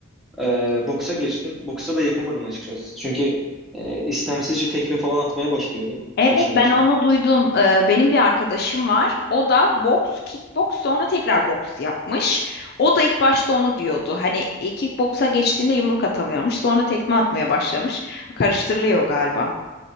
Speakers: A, in the centre; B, on the left.
A: e, boksa geçtim. Boksa da yapamadım açıkçası. Çünkü e, istemsizce tekme falan atmaya başlıyordum
B: Evet
A: karşımdakine.
B: ben onu duydum. Ee, benim bir arkadaşım var. O da boks, kickboks sonra tekrar boks yapmış. O da ilk başta onu diyordu. Hani e, kickboksa geçtiğinde yumruk atamıyormuş. Sonra tekme atmaya başlamış. Karıştırılıyor galiba.